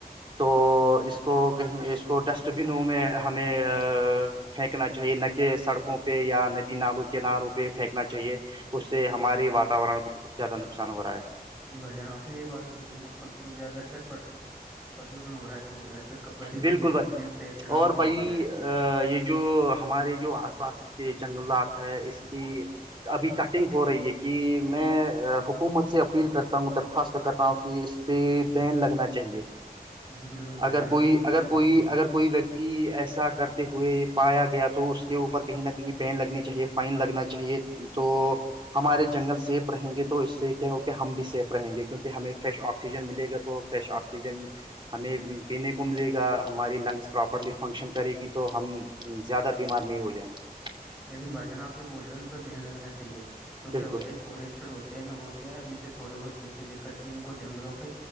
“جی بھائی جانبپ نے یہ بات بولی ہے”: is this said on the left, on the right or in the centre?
Centre